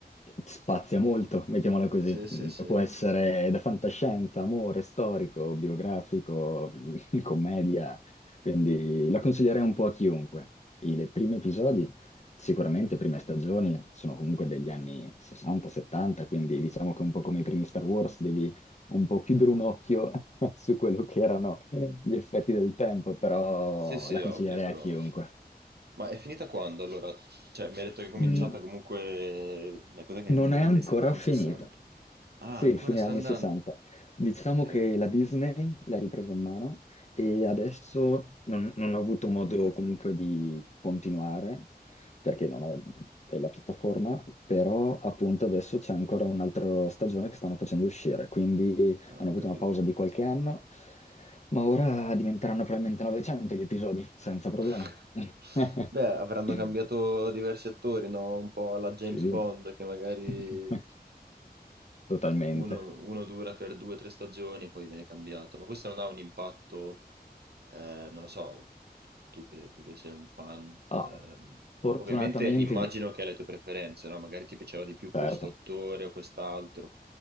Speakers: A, on the left; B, on the right.
A: Spazia molto, mettiamola così.
B: Sì, sì,
A: Mm,
B: sì.
A: Può essere da fantascienza, amore, storico, biografico, <laughs> commedia, quindi la consiglierei un po' a chiunque. I le primi episodi, sicuramente, prime stagioni, sono comunque degli anni 60-70, quindi diciamo che un po' come i primi Star Wars devi un po' chiudere un occhio <laughs> su quello che erano gli effetti del tempo, però
B: Sì, sì,
A: la consiglierei
B: ovvio, però.
A: a chiunque.
B: Ma è finita quando allora? Cioè, mi ha detto che è cominciata
A: Mm,
B: comunque. Una cosa che
A: Non
B: è nel- nei,
A: è ancora
B: nei se- nei
A: finita.
B: 60. Ah,
A: Sì,
B: ancora
A: fine
B: sta
A: anni
B: andando.
A: 60. Diciamo
B: Ok,
A: che la Disney l'ha ripresa in mano e adesso non, non ho avuto modo comunque di continuare perché non ho è la piattaforma, però appunto adesso c'è ancora un'altra stagione che stanno facendo uscire, quindi
B: ah,
A: hanno
B: ho
A: avuto
B: capito.
A: una pausa di qualche anno, ma ora diventeranno probabilmente 900 gli episodi, senza problema.
B: <laughs>
A: <laughs>
B: Beh, avranno cambiato diversi attori, no? Un po' alla James
A: Sì.
B: Bond, che magari
A: <laughs> Totalmente.
B: Uno, uno dura per due o tre stagioni, poi viene cambiato, ma questo non ha un impatto, eh, non lo so, tu che, tu che sei un fan,
A: Ah,
B: ehm,
A: fortunatamente,
B: ovviamente immagino che hai le tue preferenze, no? Magari ti piaceva di più
A: certo,
B: questo attore o quest'altro,